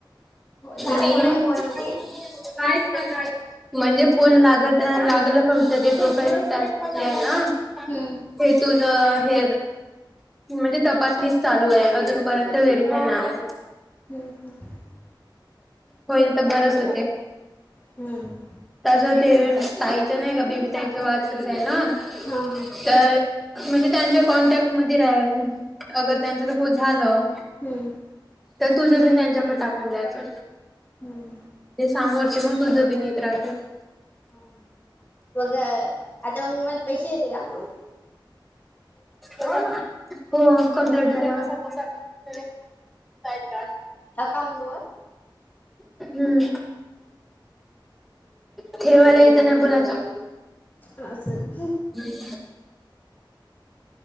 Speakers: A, on the left; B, in the centre.
A: हो झालं
B: मी
A: का माझ्या
B: कायच
A: फोन मध्ये
B: नाही कायच नाही म्हणजे फोन लागत लागला पण ते प्रोफाईल टास्क जे आहे ना
A: हम्म
B: ते तुझं हे म्हणजे तपासणीच चालू आहे अजूनपर्यंत व्हेरीफायला नाव
A: हम-हम
B: होईल तर बरच होते
A: हम्म
B: तसं ते ताईचं नाही का बेबी ताईच वाढदिवस आहे ना
A: हा हा
B: तर म्हणजे त्यांच्या कॉन्टॅक्ट मध्ये रा अगर त्यांच हो झालं
A: हम्म
B: तर तुझं पण त्यांच्याकडे टाकून द्यायचं
A: हम्म
B: ते सामोरचे मग तुझं बी नेत राहते
A: हं मग आता मग मला पैसे येते का मंग
B: हो ना हो कंप्लीट झाला <inaudible> काय त्रास
A: अकाउंटवर
B: हम्म ठेवायला इथं नाही बोलायचं.
A: तर असल.
B: <unintelligible>